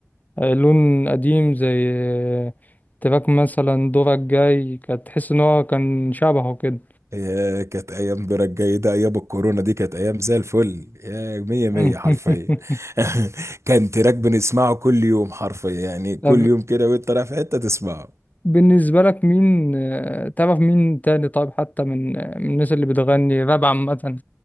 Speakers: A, on the left; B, on the right.
A: آه، لون قديم زي آه، تراك مثلا دورك جاي كانت تحس ان هو كان شبهه كده
B: يا كانت ايام برك جيدة ايام الكورونا دي كانت ايام زي الفل يا مية مية
A: <laughs>
B: حرفيا <laughs> كان تراك بنسمعه كل يوم حرفيا يعني كل
A: طب
B: يوم كده وانت رايح في حتة تسمعه
A: بالنسبة لك مين آه، تعرف مين تاني طيب حتى من آه، من الناس اللي بتغني راب عامة